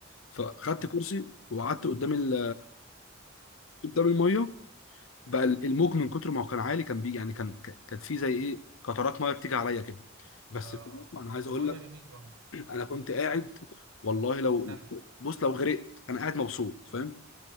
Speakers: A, on the left; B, on the right.
A: فخدت
B: صح.
A: كرسي وقعدت قدام ال... قدام الميه بقى الموج من كتر ما هو كان عالي كان بي يعني كان ك- كانت في زي ايه قطرات ميه بتيجي عليا كده بس
B: اه
A: في الأول
B: اه
A: انا عايز
B: الموضوع
A: اقول لك
B: ده جميل برضه
A: انا كنت قاعد والله لو
B: مستمتع
A: بص لو غرقت انا قاعد مبسوط فاهم